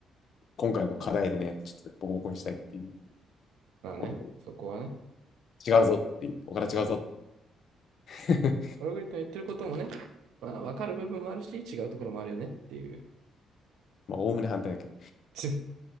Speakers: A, on the left; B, on the right.
A: 今回の課題でね、ちょっとねボコボコにしたいっていう
B: まあね、
A: ところ、
B: そこはね。
A: 違うぞっていう、おから違うぞっ
B: うん。
A: て、
B: それが言ってることもね、まあ、わかる部分もあるし、違うところもあるよねっていう。
A: <laughs> まあ、おおむね反対だけど。
B: <laughs>